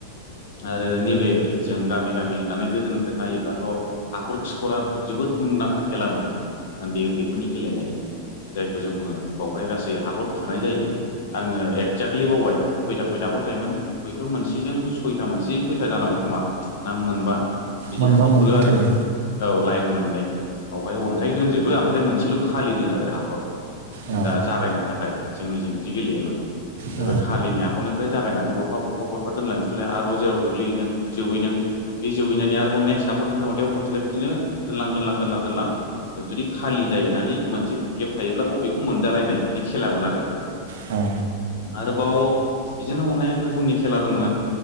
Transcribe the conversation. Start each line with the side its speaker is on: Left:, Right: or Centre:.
Left: आरो नैबे जों गामि गामि होननानै गोदोनिफ्राय नायोब्लाथ' हाखर खिखरा जोबोद मुंदांखा खेलामोन उन्दै उन्दैफोरनि गेलेनाय जायखौ जों बुङो बावहाय गासै हाखर खुरनाय जायो आङो एक्जेक्टलि बावबाय। खयथा खयथा हाखर थायोन हयथ' मोनसेजों सयथा मोनसेजों सयथा जानांगौ खोमा ना मोनबा? बिदि
Right: मोनबा
Left: हाखर
Right: मोनबा
Left: खुरो आरो।
Right: थायो
Left: औ लाइन मोननै बावहाय अन्थाइ दोनजोबो ओमफ्राय मोनसेल' खालि दोनो आरो हाखर।
Right: औ
Left: दा जागायनो थाखाय जोंनिजों बिदि गेलेयोमोन। ओमफ्राय
Right: औ
Left: बे खालिनि हाख'रनिफ्राय जागायनानै गरफा गरफा गरफा दोनलांनोसिलाय आरोबाव जेराव गोग्लैहैदों जोबहैदों बे जोबैनानै आरोबाव नेक्स्ट हाखरनिफ्राय अन्थाइाव खनसेलाय बिदिनो दोनलां दोनलां दोनलां दोनलां जुदि खालि जाहैनानै मोनसे गेब थायोब्ला बाव बेखौ मोनजालायनाय बिदि खेलामोन आरो।
Right: अ
Left: आरोबाव बिदिनो अनेक रोखोमनि खेला दंमोन।